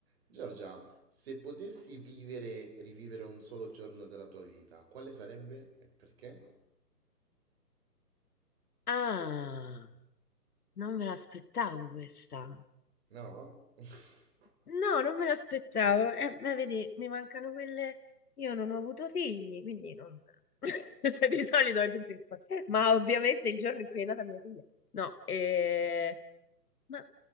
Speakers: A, on the right; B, on the left.
A: Giorgia, se potessi vivere, rivivere un solo giorno della tua vita, quale sarebbe e perché?
B: Ah, non me l'aspettavo questa.
A: No? <laughs>
B: No, non me l'aspettavo. Eh, ma vedi, mi mancano quelle. Io non ho avuto figli, quindi non. <laughs> Cioè, Di solito la gente risponde. "Eh, Ma ovviamente il giorno in cui è nata mia figlia. No, eh, ma